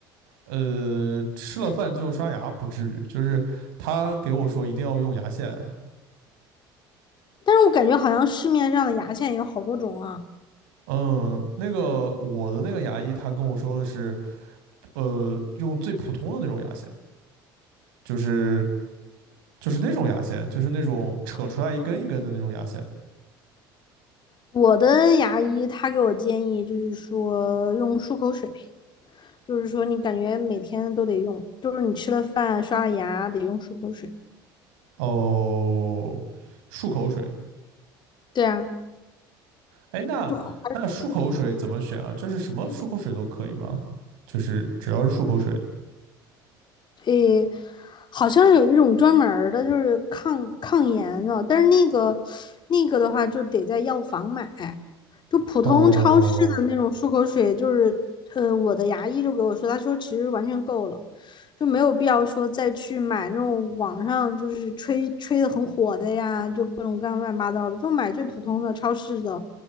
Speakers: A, on the right (about 80°); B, on the left (about 45°).
A: 呃，吃了饭就刷牙不至于，就是他给我说一定要用牙线啊。
B: 但是我感觉好像市面上的牙线有好多种啊。
A: 嗯，那个我的那个牙医他跟我说的是，呃，用最普通的那种牙线，就是就是那种牙线，就是那种扯出来一根一根的那种牙线。
B: 我的牙医他给我建议就是说用漱口水。就是说你感觉每天都得用，就是你吃了饭、刷了牙得用漱口水。
A: 哦，漱口水，
B: 对啊，
A: 哎，那那漱口水怎么选啊？
B: 就好。
A: 就是什么漱口水都可以吗？就是只要是漱口水。
B: 诶，好像有一种专门儿的，就是抗抗炎的，但是那个那个的话就得在药房买，就普通超市的那种漱口水，
A: 哦，
B: 就是呃，我的牙医就给我说，他说其实完全够了，就没有必要说再去买那种网上就是吹吹的很火的呀，就各种各样乱七八糟的，就买最普通的超市的，